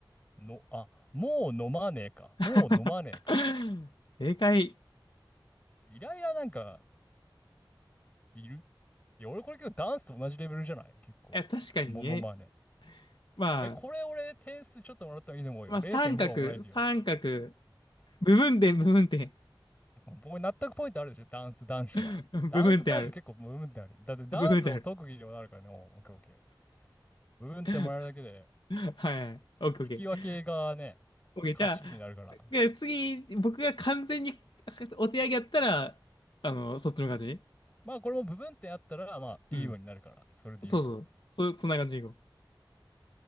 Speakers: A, on the left (about 20°); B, on the left (about 70°).
A: の、あ、もう飲まねえか。
B: <laughs>
A: もう飲まねえか。
B: 正解。い
A: イライラなんかいるいや、俺これ結構ダンスと同じレベルじゃない結構。
B: や、確かにね。
A: モノマネ。
B: まあ、
A: え、これ俺点数ちょっともらった方がいいと思うよ。
B: まあ、
A: 0.5はもらえるよ。
B: 三角、三角、部分点、部分点。
A: 僕納得ポイントあるでしょダンス男子は。
B: <laughs>
A: ダンス男子結構部分点ある。
B: 部分点ある。
A: だってダンスを特技でもなるからね。
B: 部分点ある。
A: もうオッケーオッケー。部分点もらえるだけで、
B: <laughs> はい。オッケーオッケー。
A: 引き分けがね、
B: OK、
A: 勝ちになるから。
B: じゃあ、で次、僕が完全にお手上げやったら、あの、そっちの感じね。
A: まあこれも部分点あったら、まあいいようになるから。
B: うん。
A: それで言うと。
B: そうそう。そ、そんな感じでいこう。